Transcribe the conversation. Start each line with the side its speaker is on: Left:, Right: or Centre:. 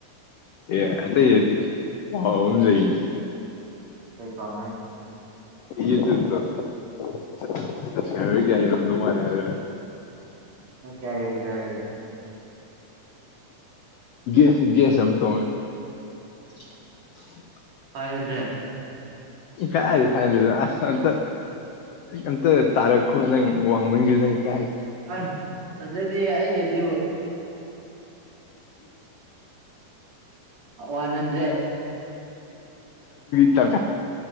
Left: ꯑꯦ ꯑꯇꯩꯇ ꯍꯥꯎ ꯂꯩꯏꯅꯦ
Right: ꯀꯩ ꯐꯥꯎꯅꯥꯒꯦ
Left: ꯏꯗꯗ ꯆꯠꯁꯀꯔ ꯀꯥꯏꯣꯅ ꯍꯔꯔ
Right: ꯀꯌꯥꯖꯅꯤ
Left: ꯦꯁ ꯦꯁ ꯑꯝ ꯇꯅꯤ <unintelligible>
Right: ꯐꯥꯏꯚ ꯍꯟꯗ꯭ꯔꯦꯠ
Left: ꯀꯥꯏ ꯐꯥꯏꯗꯦꯗ ꯑꯁꯇ ꯅꯇ ꯇꯔꯛ ꯈꯨ ꯅꯪ ꯋꯥꯡꯃꯟꯒꯔꯤ ꯂꯪ ꯀꯥꯏ
Right: ꯑ ꯑꯗꯨꯗꯤ ꯑꯩꯅꯗꯤꯕꯨ ꯋꯥꯟ ꯍꯟꯗ꯭ꯔꯦꯠ
Left: ꯀ